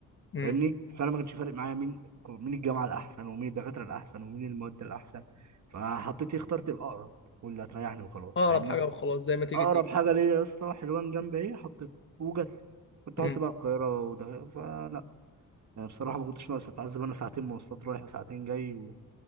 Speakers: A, on the left; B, on the right.
A: امم
B: فاهمني فانا ما كانش فارق معايا مين مين الجامعه الاحسن ومين الدكاتره الاحسن ومين المواد الاحسن فحطيت إيه، اخترت الاقرب واللي هتريحني وخلاص
A: اقرب
B: فاهمني
A: حاجة وخلاص زي ما تيجي
B: اقرب
A: تيجي
B: حاجه ليا يا اسطى حلوان جنب ايه حطيته وجت كنت
A: امم
B: هحط بقى القاهره وده فلا يعني بصراحه ما كنتش ناقص اتعذب انا ساعتين مواصلات رايح وساعتين جاي و...